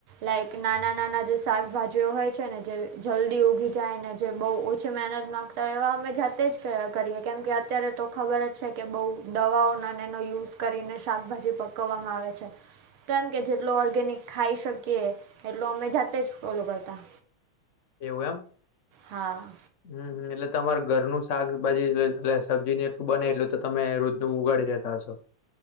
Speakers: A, on the right (about 70°); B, on the left (about 50°).
A: લઇક નાના નાના જે શાકભાજીઓ હોય છે ને જે જલ્દી ઉગી જાય ને જે બહ. મહેનત માંગતા એવા અમે જાતે જ કરીએ કેમ કે અત્યારે તો. ખબર જ છે કે બઉ દવાઓ અને અને એનો યુઝ કરીને શાકભાજી પકવવામાં આવે છે. કારમ કે જેટલો ઓર્ગેનિક ખાઈ શકીએ એટલો અમે જાતે જ ફોલો કરતા.
B: એવું
A: હા
B: એમ હમ એટલે તમાર ઘરનું શાકભાજીલે સબ્જી એટલ બને એટલે તો તમે રુધ નું ઉગાડી દેતા હશો.